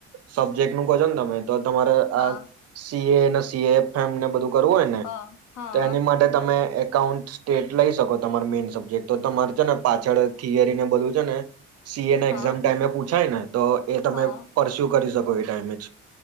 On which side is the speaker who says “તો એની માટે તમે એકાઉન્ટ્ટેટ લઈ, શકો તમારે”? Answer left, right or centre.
Right